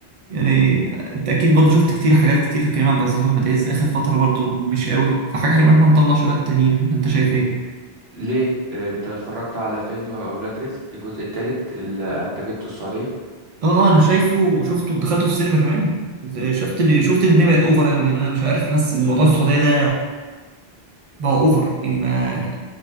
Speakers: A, on the right; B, on the right.
A: يعني أنت أكيد برضه شفت كتير حاجات كتير لكريم عبد العزيز وأحمد عز آخر فترة برضه مش قوي فحاجة حلوة إن إحنا نطلع شباب تانيين ولا أنت شايف إيه؟
B: ليه آه، انت اتفرجت على فيلم اولاد رزق الجزء الثالث اللي انتجته السعودية
A: اه آه، انا شايفه شفته ودخلته في السينما كمان شفت اللي شفت ان هي بقت اوفر قوي يعني انا مش عارف حاسس ان الموضوع السعوديه ده بقى اوفر يعني ما